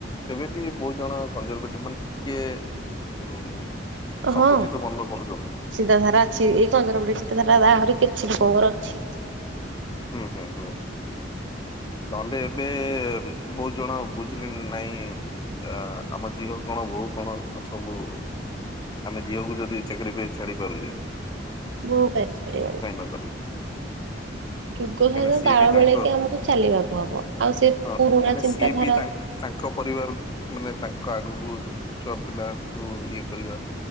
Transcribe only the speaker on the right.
ହଁ
ଚିନ୍ତାଧାରା ଅଛି ଏଇ କନ୍ଦରପଡି଼ ଚିନ୍ତାଧାରା ଆହୁରି କିଛି ଲୋକଙ୍କର ଅଛି।
ବୋହୂ ଙ୍କୁ କାଇଁ ଛାଡି଼ବନି।
ଯୁଗ
ସହିତ
ତାଳ
ମିଳେଇକି ଆମକୁ ଚାଲିବାକୁ ହବ ଆଉ ସେ
ପୁରୁଣା
ଚିନ୍ତାଧାରା